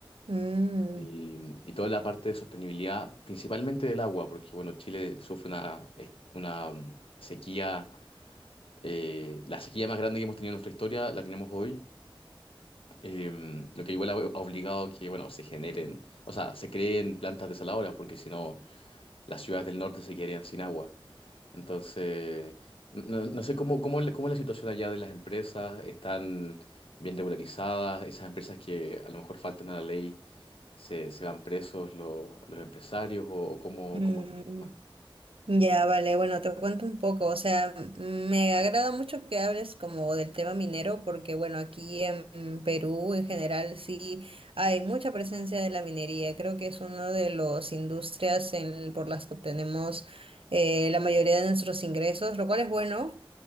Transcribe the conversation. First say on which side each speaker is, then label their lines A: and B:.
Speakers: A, on the right; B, on the left.
A: Mm,
B: Y, y toda la parte de sostenibilidad, principalmente del agua, porque bueno, Chile sufre una, una sequía, eh, la sequía más grande que hemos tenido en nuestra historia, la tenemos hoy. Eh, lo que igual ha ha obligado a que, bueno, se generen, o sea, se creen plantas desaladoras, porque si no, las ciudades del norte se quedarían sin agua. Entonces, no, no no sé cómo, cómo, es la- cómo es la situación allá de las empresas, están bien regularizadas, esas empresas que a lo mejor faltan a la ley, se, se van presos los, los empresarios o cómo...
A: mm.
B: cómo... es
A: mm. Ya, vale, bueno, te cuento un poco, o sea, me agrada mucho que hables como del tema minero, porque bueno, aquí en Perú en general sí hay mucha presencia de la minería, creo que es una de las industrias en- por las que obtenemos eh, la mayoría de nuestros ingresos, lo cual es bueno,